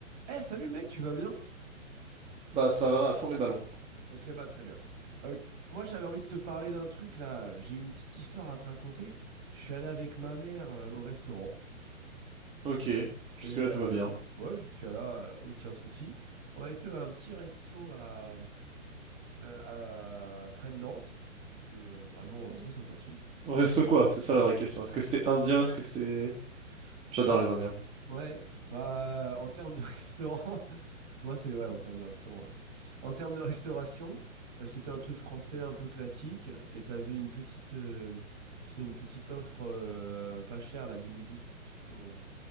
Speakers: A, on the right (about 35°); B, on the right (about 15°).
A: Eh, salut mec, tu vas bien?
B: Bah, ça va à fond les ballons.
A: Ok, bah très bien. Euh, moi j'avais envie de te parler d'un truc là, Euh, j'ai eu une petite histoire à te raconter. Je suis allé avec ma mère euh, au restaurant
B: Ok, jusque-là
A: et euh,
B: tout va bien.
A: ouais, jusqu'à là, euh, aucun souci. On a été à un petit resto à, euh, à- près de Nantes, qui était euh, vraiment
B: Mhm.
A: euh, très sympathique.
B: Reste quoi? C'est ça la vraie question. Est-ce que c'était indien? Est-ce que c'était... J'adore
A: Alors,
B: les Indiens.
A: Ouais, bah, en termes de <laughs> restaurant, moi c'est ouais, en termes de restaurant. ouais. En termes de restauration, euh, c'était un truc français un peu classique et t'avais une petite, euh, tu sais, une petite offre euh, pas chère là du midi. Je sais plus comment on dit.